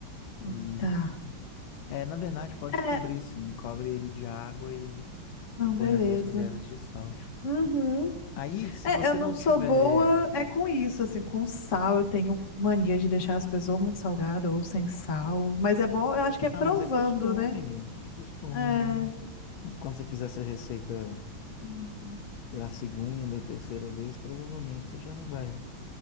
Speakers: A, on the left (about 40°); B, on the left (about 80°).
A: Oh,
B: Isso.
A: Tá.
B: É, na verdade, pode
A: É,
B: cobrir, sim. Cobre ele de água e,
A: não,
B: e põe
A: beleza.
B: as duas colheres de sal.
A: Uhum.
B: Aí, se
A: É,
B: você
A: eu não
B: não tiver.
A: sou boa é com isso, assim, com sal. Eu tenho mania de deixar as coisas ou muito salgada ou sem sal. Mas é bom, eu acho que é provando,
B: Ah, mas é costume.
A: né?
B: É costume,
A: É,
B: né? Quando você fizer essa receita.
A: hum,
B: pela segunda, terceira vez, provavelmente você já não vai